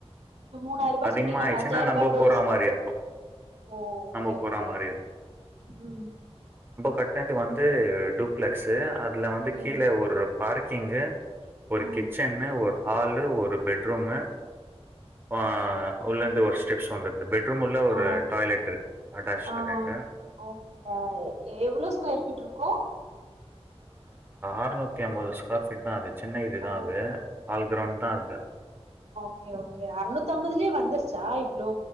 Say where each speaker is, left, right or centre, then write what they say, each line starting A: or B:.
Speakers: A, on the right; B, on the right.
A: இப்ப மூணாயிரரூபா
B: அதிகமா
A: சொல்லி நம்ம
B: ஆயிடுச்சுன்னா
A: அஞ்சாயிரரூபா
B: நம்ப
A: டோறு
B: போறா மாரி இருக்கும்.
A: ஓகே
B: நம்ப போறா
A: ஓகே
B: மாரி
A: உம்
B: பட்டனத்து வந்து டூப்ளெக்ஸ் அது வந்து
A: ம்
B: கீழே ஒரு பார்க் கிங்கு ஒரு
A: ம்
B: கிச்சன்னு ஒரு ஹாலு ஒரு பெட்ரூமு ஆஹ் உள்ளந்து ஒரு ஸ்டெப்ஸ் வந்து பெட்ரூம் உள்ள ஒரு
A: ஆ
B: டாய்லெட் இருக்கு அட்டாச்
A: ஆ
B: டாய்லெட்டு
A: ஓகே எவ்ளோ ஸ்கொயர் ஃபீட் இருக்கு
B: அறுனுத்தி அம்பது ஸ்கொயர் பீ்ட் தான் அது சின்ன இதுதா
A: ஓ
B: அது கால் கிரவுண்ட் தா அது
A: ஒகே ஓகே அறுநூத்தி ஐம்பதுலயே வந்துருச்சா இவ்ளோ